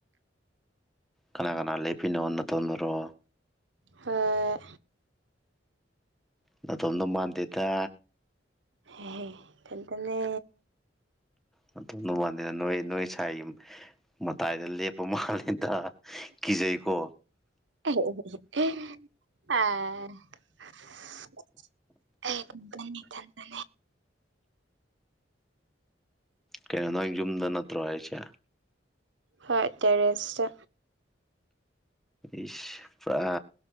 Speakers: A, in the centre; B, on the right.
A: ꯀꯅꯥ ꯀꯅꯥ ꯂꯦꯄꯤꯅꯣ ꯅꯇꯣꯟꯇꯔꯣ꯫
B: ꯍꯣꯏ꯫
A: ꯅꯇꯣꯝꯇ ꯃꯥꯟꯗꯦꯗ꯫
B: ꯍꯦꯍꯦ ꯏꯊꯟꯇꯅꯦ꯫
A: ꯅꯇꯣꯝꯗ ꯃꯥꯟꯗꯦꯗ ꯅꯣꯏ ꯅꯣꯏ ꯁꯥꯏꯒꯤ ꯃꯇꯥꯏꯗ ꯂꯦꯞꯄ ꯃꯥꯜꯂꯤꯗ꯫ ꯀꯤꯖꯩꯀꯣ꯫
B: <unintelligible> ꯑꯩ ꯏꯊꯟꯇꯅꯦ ꯏꯊꯟꯇꯅꯦ꯫
A: ꯀꯩꯅꯣ ꯅꯣꯏ ꯌꯨꯝꯗ ꯅꯠꯇ꯭ꯔꯣ ꯍꯥꯏꯁꯦ꯫
B: ꯍꯣꯏ ꯇꯦꯔꯦꯁꯇ꯫
A: ꯏꯁ ꯄꯨꯔꯥ